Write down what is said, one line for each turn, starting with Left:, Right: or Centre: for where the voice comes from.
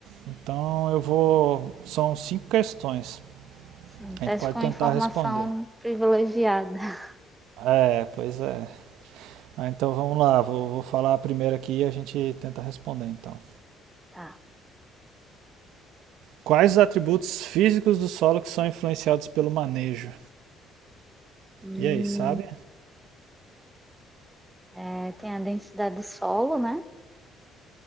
Right: Então eu vou. São cinco questões.
Centre: Sim,
Right: A
Centre: tá
Right: gente pode
Centre: com
Right: tentar
Centre: informação
Right: responder.
Centre: privilegiada. <laughs>
Right: É, pois é. Ah, então vamos lá, vou, vou falar a primeira aqui e a gente tenta responder então.
Centre: Tá.
Right: Quais os atributos físicos do solo que são influenciados pelo manejo?
Centre: Hum,
Right: E aí, sabe?
Centre: é, tem a densidade do solo, né?